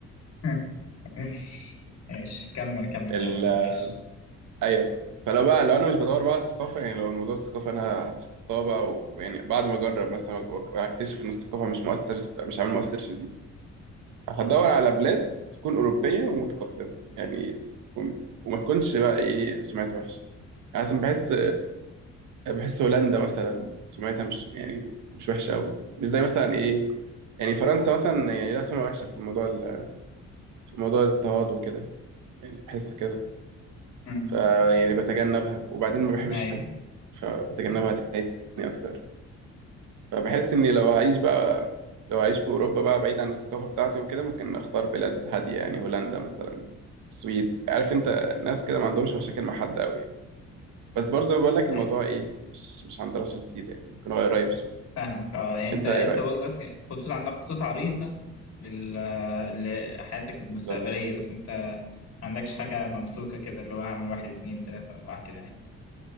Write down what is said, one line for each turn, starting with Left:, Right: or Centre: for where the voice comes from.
Left: <laughs> ماشي كمل كمل
Right: ال...
Left: كلامك
Right: آه،
Left: معلش
Right: ايوه فلو بقى لو انا مش بدور بقى على الثقافة يعني لو الموضوع الثقافة انا هتخطاه بقى ويعني بعد ما اجرب مثلا وأك- واكتشف ان الثقافة مش مؤثر مش عامل مؤثر شديد هدور على بلاد تكون أوروبية ومتقدمة يعني تكون- وما تكونش بقى ايه سمعت وحشة يعني عشان بحس بحس هولندا مثلا سمعتها مش يعني مش وحشه قوي مش زي مثلا ايه يعني فرنسا مثلا يعني لا سمعة وحشه في موضوع ال- في موضوع الاضطهاد وكده يعني بحس كده
Left: أمم،
Right: ف يعني بتجنبها وبعدين ما بحبش
Left: أيوه
Right: الشاي، فبتجنبها تاني اكتر فبحس اني لو هعيش بقى لو هعيش في اوروبا بقى بعيد عن الثقافه بتاعتي وكده ممكن اختار بلاد هاديه يعني هولندا مثلا السويد عارف انت ناس كده ما عندهمش مشاكل مع حد قوي يعني بس برضه بقول لك الموضوع
Left: أيوه.
Right: ايه مش مش عن دراسه جديده يعني ممكن هو قريب سوء
Left: فاهمك اه يعني انت
Right: انت
Left: انت
Right: ايه رايك
Left: برضك خطوط عندك خطوط عريضة لل... لحياتك المستقبلية
Right: بالظبط
Left: بس انت ما عندكش حاجة ممسوكة كده اللي هو هعمل واحد اتنين تلاتة أربعة كده يعني